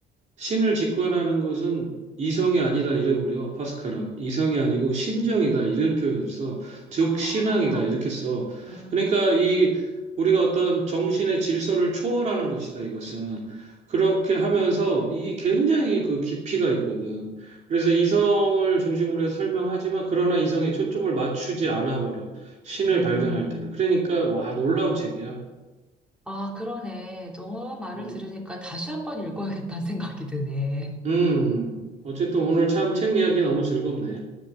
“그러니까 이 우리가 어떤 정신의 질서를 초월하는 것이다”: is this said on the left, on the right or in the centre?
Right